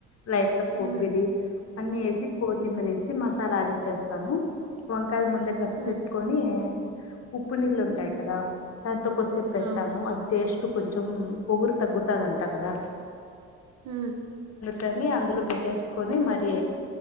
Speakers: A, on the left (about 55°); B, on the right (about 65°).
A: లైట్గ కొబ్బరి
B: ఉమ్
A: అన్ని వేసి కొత్మీరి
B: ఉమ్
A: వేసి మసాలా ఆడిచ్చేస్తా కను వంకాయలు ముందే కట్
B: ఉమ్
A: పెట్టుకొని ఉప్పు నీళ్ళు ఉంటయి కదా దాంట్లో కొద్దిసేపు పెడతాను
B: అవును
A: అది టేస్ట్ కొంచెం ఒగురు తగ్గుతాదంట కదా
B: ఊ
A: కని అందులో పెట్టేసుకొని మరీ